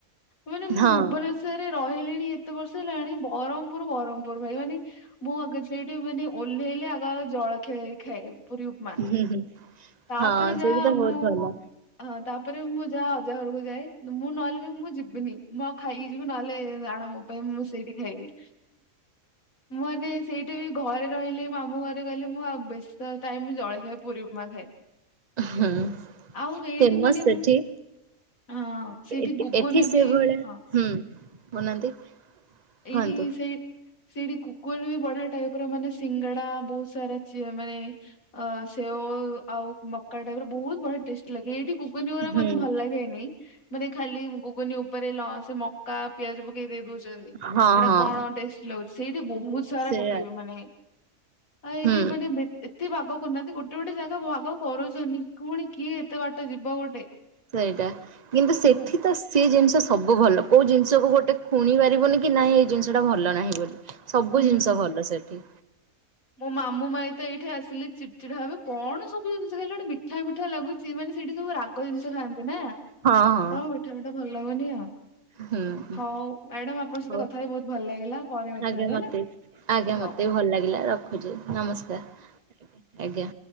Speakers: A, on the left; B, on the right.
A: ମାନେ ମୁଁ
B: ହଁ
A: ଭୁବନେ ଶ୍ଵରରେ ରହିଲିଣି ଏତେ ବର୍ଷ ହେଲାଣି, ବରହମପୁର ବରହମପୁର, ଭାଇ ମାନେ ମୁଁ ଆଗ ସେଇଠି ମାନେ ଓହ୍ଲେଇଲେ, ଆଗ ଆଗ ଜଳଖିଆ ଖାଏ, ପୁରୀ ଉପମା।
B: ହୁଁ ହୁଁ ହଁ,
A: ତାପରେ ଯାହା
B: ସେଇଠି ତ ବହୁତ
A: ମୁଁ
B: ଭଲ।
A: ହଁ, ତାପରେ ମୁଁ ଯାହା ଅଜା ଘରକୁ ଯାଏଁ, ମୁଁ ନହେଲେ କି ମୁଁ ଯିବିନି, ମୁଁ ଆଉ ଖାଇକି ଯିବି, ନହେଲେ ଆଣ ମୋ ପାଇଁ ମୁଁ ସେଇଠି ଖାଇବି। ମୁଁ ଆଗେ ସେଇଠି ବି ଘରେ ରହିଲି, ମାମୁଁ ଘରେ କହିଲେ ମୁଁ ଆଉ ବେଶୀ ଥର ଟାଇମ ଜଳଖିଆ ପୁରି ଉ ପମା ଖାଇବି,
B: ହୁଁ
A: ଆଉ ଏଇଠି
B: ଫେମସ୍
A: ମାନେ
B: ସେଠି
A: ମୁଁ ହଁ, ସେଇଠି
B: ଏଠି
A: ଘୁଗନି
B: ଏଠି ସେଭଳିଆ
A: ବି ହଁ
B: ହୁଁ, କହୁନାହାନ୍ତି?
A: ଏଇଠି
B: କୁହନ୍ତୁ
A: ସେଇ ସେଇଠି କୁକରବି ବଢିଆ ଟାଇପର ମାନେ, ସିଙ୍ଗଡା ବହୁତ ସାରା ମାନେ ଅ ସେଓ ଆଉ ମକା ଟାଇପର, ବହୁତ ବଢିଆ ଟେଷ୍ଟି ଲାଗେ। ଏଇଠି ଘୁଗୁନି ଗୁରା
B: ହୁଁ
A: ମତେ ଭଲ ଲାଗେନି। ମାନେ ଖାଲି ଗୁଗୁନି ଉପରେ ଲହ ସେ ମକା, ପିଆଜ ପକେଇ ଦେଇ ଦଉଛନ୍ତି।
B: ହଁ
A: ସେଇଟା
B: ହଁ
A: କଣ ଟେଷ୍ଟ ଲାଗୁଛି, ସେଇଟା ବହୁତ ସାରା
B: ସେଇଆ
A: ପକେଇବେ ମାନେ ଆ ଏଇଠି
B: ହୁଁ
A: ମାନେ ଏତେ ବାଗ କରୁନାହାନ୍ତି, ଗୋଟେ ଗୋଟେ ଜାଗା ଭାଗ କରଉଛନ୍ତି। ପୁଣି କିଏ ଏତେ ବାଟ ଯିବ ଗୋଟେ,
B: ସେଇଟା କିନ୍ତୁ ସେଠି
A: ଭୁ
B: ତ ସେ ଜିନିଷ ସବୁ ଭଲ, କୋଉ ଜିନିଷକୁ ଗୋଟେ ଖୁଣି ପାରିବନି କି, ନାଇଁ, ଏଇ ଜିନିଷଟା ଭଲ ନାହିଁ ବୋଲି। ସବୁ
A: ହୁଁ।
B: ଜିନିଷ ଭଲ ସେଠି।
A: ମୋ ମାମୁଁ ମାଇଁ ତ ଏଇଠି ଆସିଲେ ଚିଡ଼ଚିଡ଼ା ହେବେ, କଣ ସବୁ ଜିନିଷ ଖାଲି ଗୋଟେ ମିଠା ମିଠା ଲାଗୁଛି, ମାନେ ସେଇଠି ସବୁ ରା ଗ ଜିନିଷ ଖାଆନ୍ତି ନା,
B: ହଁ ହଁ
A: ତ ମିଠା ମିଠା ଭଲ ଲାଗୁନି ଆଉ।
B: ହୁଁ।
A: ହଉ, ମ୍ୟାଡାମ ଆପଣଙ୍କ ସହିତ
B: ହଉ
A: କଥା ହେଇ ବହୁତ ଭଲ ଲାଗିଲା, ପରେ କଥା
B: ଆଜ୍ଞା
A: ହେବି
B: ମତେ
A: ହେଲା।
B: ଆଜ୍ଞା, ମତେ
A: ହଉ
B: ବି ଭଲ ଲାଗିଲା, ରଖୁଛି, ନମସ୍କାର, ଆଜ୍ଞା।